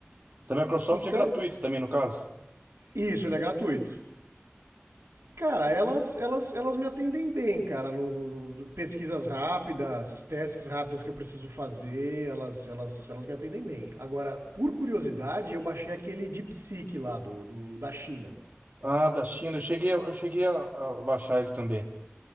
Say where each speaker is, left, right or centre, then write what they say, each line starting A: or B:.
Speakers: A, on the right; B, on the right.
A: Da Microsoft
B: Então,
A: é gratuito também, no caso.
B: isso, ele é gratuito. Cara, elas, elas, elas me atendem bem, cara, no, no- no- pesquisas rápidas, tasks rápidas que eu preciso fazer, elas, elas, elas me atendem bem. Agora, por curiosidade, eu baixei aquele DeepSeek lá do, do- da China.
A: Ah, da China, eu cheguei, a- eu cheguei a, a baixar ele também.